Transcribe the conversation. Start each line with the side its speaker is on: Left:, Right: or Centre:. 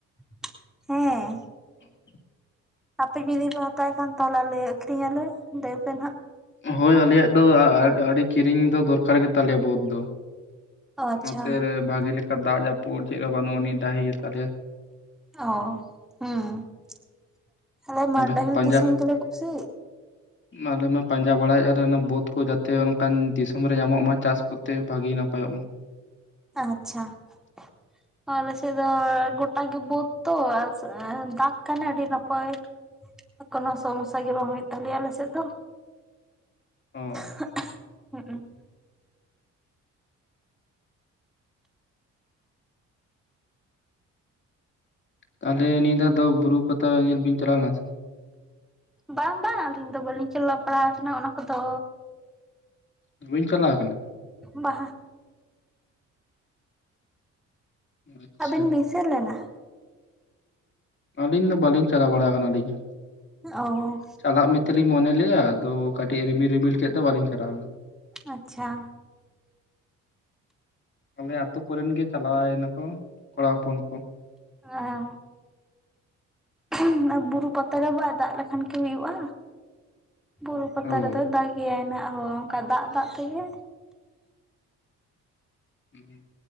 Centre: ᱾ ᱦᱮᱸ᱾
Left: <inaudible>
Centre: ᱟᱯᱮ ᱡᱩᱫᱤ ᱯᱮ ᱦᱟᱛᱟᱣ ᱠᱷᱟᱱ ᱛᱟᱦᱚᱞᱮ ᱟᱞᱮ ᱟᱠᱷᱨᱤᱧ ᱟᱞᱮ ᱞᱟᱹᱭ ᱯᱮ ᱱᱟᱦᱟᱜ ᱾
Left: ᱦᱳᱭ ᱟᱞᱮᱭᱟᱜ ᱫᱚ ᱟᱹᱰᱤ ᱠᱤᱨᱤᱧ ᱫᱚ ᱫᱚᱨᱠᱟᱨ ᱜᱮᱛᱟᱞᱮᱭᱟ ᱵᱟᱹᱫ ᱫᱚ ᱾
Centre: ᱚ ᱟᱪᱪᱷᱟ
Left: ᱱᱚᱛᱮ ᱨᱮ ᱵᱷᱟᱜᱤ ᱞᱮᱠᱟ ᱫᱟᱜ ᱡᱟᱹᱯᱩᱫ ᱪᱮᱫᱞᱮᱠᱟ ᱵᱟᱹᱱᱩᱜ ᱟᱹᱱᱤᱡ ᱰᱟᱹᱦᱤ ᱜᱮᱛᱟᱞᱮᱭᱟ ᱾
Centre: ᱚ, ᱦᱮᱸ ᱾ ᱟᱞᱮ ᱢᱟ ᱰᱟᱦᱤ
Left: ᱦᱚᱸ ᱯᱟᱸᱡᱟ
Centre: ᱫᱤᱥᱚᱢ ᱜᱮᱞᱮ ᱠᱩᱥᱤᱜ ᱾
Left: ᱟᱞᱮ ᱢᱟ ᱯᱟᱸᱡᱟ ᱵᱟᱲᱟᱭᱮᱫᱼᱟᱞᱮ ᱚᱱᱟ ᱵᱟᱹᱫᱽ ᱠᱚ ᱡᱟᱛᱮ ᱚᱱᱠᱟᱱ ᱫᱤᱥᱚᱢ ᱨᱮ ᱧᱟᱢᱚᱜ ᱢᱟ, ᱪᱟᱥ ᱠᱚᱛᱮ ᱵᱷᱟᱜᱤ ᱱᱟᱯᱟᱭᱚᱜ ᱢᱟ ᱾
Centre: ᱟᱪᱪᱷᱟ ᱾
Left: <inaudible>
Centre: ᱟᱞᱮ ᱥᱮ ᱫᱚ ᱜᱚᱴᱟ ᱜᱮ ᱵᱟᱹᱫᱽ ᱛᱚ ᱫᱟᱜ ᱠᱷᱟᱱ ᱟᱹᱰᱤ ᱱᱟᱯᱟᱭ ᱾ ᱠᱳᱱᱚ ᱥᱚᱢᱚᱥᱥᱟ ᱜᱮ ᱵᱟᱝ ᱦᱩᱭᱩᱜ ᱛᱟᱞᱮᱭᱟ ᱟᱞᱮ ᱥᱮᱫ ᱫᱚ᱾
Left: ᱚᱻ
Centre: <unintelligible> ᱦᱩᱸ ᱩᱸ
Left: ᱛᱟᱦᱚᱞᱮ ᱱᱤᱭᱟᱹ ᱫᱷᱟᱣ ᱫᱚ ᱵᱩᱨᱩ ᱯᱟᱛᱟ ᱧᱮᱞ ᱵᱤᱱ ᱪᱟᱞᱟᱣ ᱞᱮᱱᱟ ᱥᱮ ᱵᱟ?
Centre: ᱵᱟᱝ ᱵᱟᱝ ᱟᱹᱞᱤᱧ ᱫᱚ ᱵᱟᱹᱞᱤᱧ ᱪᱟᱞᱟᱣ ᱵᱟᱲᱟᱣ ᱠᱟᱱᱟ ᱚᱱᱟ ᱠᱚᱫᱚ᱾
Left: ᱵᱟᱹᱵᱤᱱ ᱪᱟᱞᱟᱣ ᱟᱠᱟᱱᱟ?
Centre: ᱵᱟ
Left: ᱟᱪᱪᱷᱟ
Centre: ᱟᱹᱵᱤᱱ ᱵᱤᱱ ᱥᱮᱱ ᱞᱮᱱᱟ?
Left: ᱟᱹᱞᱤᱧ ᱫᱚ ᱵᱟᱹᱞᱤᱧ ᱪᱟᱞᱟᱣ ᱵᱟᱲᱟ ᱠᱟᱱᱟ ᱟᱞᱤᱧ ᱦᱚᱸ
Centre: ᱚ
Left: ᱪᱟᱞᱟᱜ ᱢᱮ ᱛᱮᱞᱤᱧ ᱢᱚᱱᱮ ᱞᱮᱜᱼᱟ ᱟᱫᱚ ᱠᱟᱹᱴᱤᱡ ᱨᱤᱢᱤᱞ ᱨᱤᱢᱤᱞ ᱠᱮᱫ ᱫᱚ ᱵᱟᱹᱞᱤᱧ ᱪᱟᱞᱟᱣ ᱞᱮᱱᱟ ᱾
Centre: ᱟᱪᱪᱷᱟ ᱾
Left: ᱟᱞᱮ ᱟᱛᱩ ᱠᱚᱨᱮᱱ ᱜᱮ ᱪᱟᱞᱟᱣᱱᱟᱠᱚ ᱠᱚᱲᱟ ᱦᱚᱯᱚᱱ ᱠᱚ ᱾
Centre: ᱚ ᱾ <unintelligible> ᱵᱩᱨᱩ ᱯᱟᱛᱟ ᱨᱮ ᱵᱟᱭ ᱫᱟᱜ ᱞᱮᱠᱷᱟᱱ ᱠᱤ ᱦᱩᱭᱩᱜᱼᱟ᱾ ᱵᱩᱨᱩ ᱯᱟᱛᱟ
Left: ᱦᱳᱭ
Centre: ᱨᱮᱫᱚᱭ ᱫᱟᱜ ᱜᱮᱭᱟᱭ ᱱᱟᱜ ᱦᱚᱸ ᱚᱱᱠᱟ ᱫᱟᱜ ᱫᱟᱜ ᱛᱮᱜᱮ,
Left: ᱦᱮᱸ ᱾